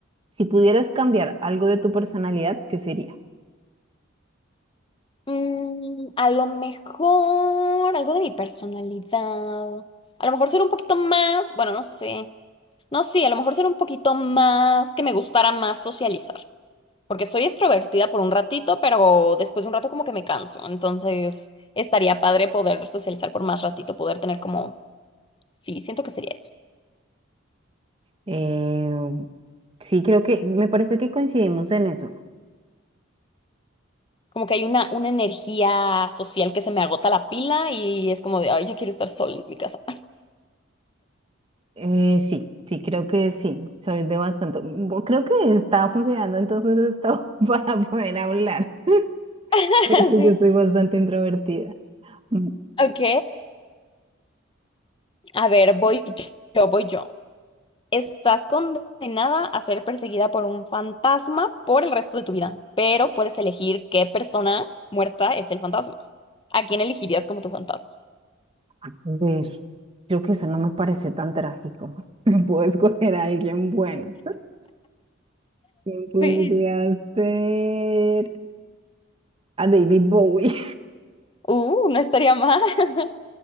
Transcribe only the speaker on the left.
Mm, a lo mejor algo de mi personalidad. A lo mejor ser un poquito más, bueno, no sé. No, sí, a lo mejor ser un poquito más que me gustara más socializar. Porque soy extrovertida por un ratito, pero después de un rato como que me canso. Entonces, estaría padre poder socializar por más ratito, poder tener como, sí, siento que sería eso.
Como que hay una, una energía social que se me agota la pila y es como de, ay, ya quiero estar sola en mi casa.
<laughs>
Sí.
Ok. A ver, voy yo, voy yo. Estás condenada a ser perseguida por un fantasma por el resto de tu vida, pero puedes elegir qué persona muerta es el fantasma. ¿A quién elegirías como tu fantasma?
Sí.
Uh, no estaría mal. <laughs>